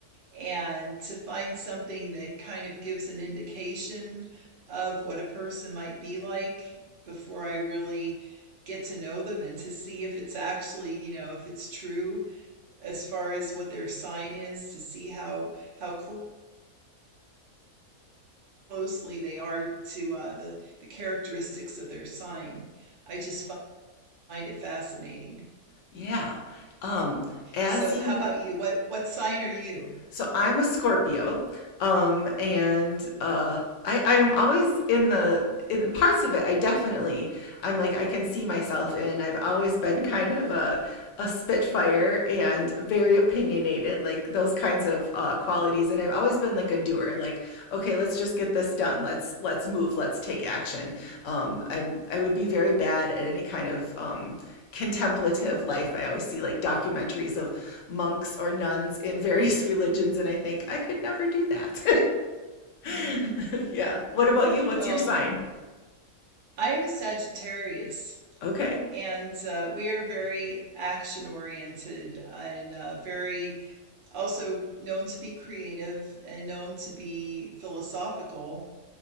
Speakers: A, on the right (about 55°); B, on the left (about 65°).
A: And to find something that kind of gives an indication of what a person might be like before I really get to know them and to see if it's actually, you know, if it's true as far as what their sign is, to see how how clo- closely they are to uh, the the characteristics of their sign. I just find it fascinating.
B: Yeah. Um, as
A: So
B: you
A: how about you? What what sign are you?
B: So I'm a Scorpio, um, and uh, I I am always in the in the parts of it. I definitely I'm like I can see myself in. I've always been kind of a a spitfire and very opinionated, like those kinds of uh, qualities. And I've always been like a doer. Like, okay let's just get this done let's let's move let's take action um i i would be very bad at any kind of um contemplative life i always see like documentaries of monks or nuns in various <laughs> religions and i think i could never do that
A: hmm
B: <laughs> yeah what about you what's
A: Well,
B: your sign
A: I am a Sagittarius,
B: okay
A: and uh, we are very action oriented and uh, very also known to be creative and known to be philosophical.